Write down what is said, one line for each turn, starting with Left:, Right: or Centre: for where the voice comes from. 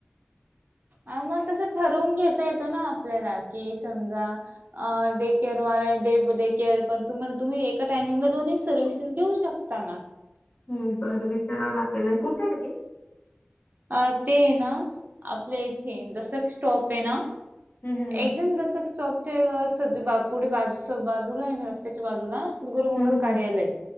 Right: अ मग तसं ठरवून घेता येतं ना आपल्याला कि समजा डे केअरवा डेडे केअर पण तम्हाला तुम्ही एका टायमिंगला दोन्ही सर्व्हिसेस घेऊ शक ताना.
Left: हम् बरं विचारावं लागेल आणि कुठे आहे ग ते?
Right: अ ते ना आपल्या इथे दसक स्टॉप हे ना.
Left: हम्म हम्म
Right: एकदम दशक स्टॉप चे सद बा पुढे बाजू बाजूला आहे ना रस्त्याच्या बाजूला सद्गुरु मंगल
Left: हम्म हम्म
Right: कार्यालय.